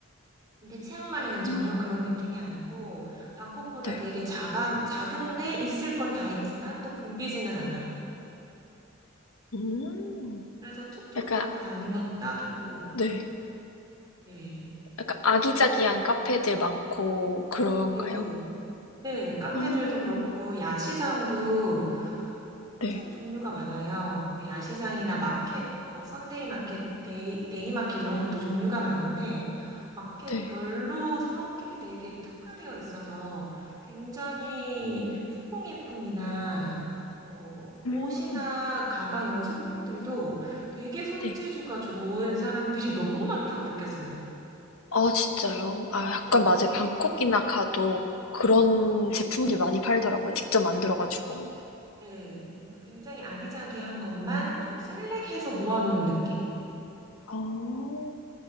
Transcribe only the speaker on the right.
근데 치앙마이는 전혀
그런 느낌이 아니고 방콕보다
되게 작아, 작은데 있을 건 다 있지만 또 붐비지는 않아요.
그래서 툭툭
타고 다니면 딱이고,
네.
네, 네, 카페들도
그렇고, 야시장도
엄청 종류가 많아요. 이게 야시장이나 마켓, 뭐, 썬데이 마켓, 데이, 데이 마켓 이런 것도 종류가 많은데, 마켓별로
성격이 되게 특화되어 있어서 굉장히 수공예품이나 뭐,
옷이나 가방 이런 소품들도 되게 손재주가
좋은 사람들이 <laughs> 너무 많다고 느꼈어요.
네, 되게
네.
네, 그러니까 굉장히 아기자기한 것만 좀 셀렉해서 모아놓은 느낌?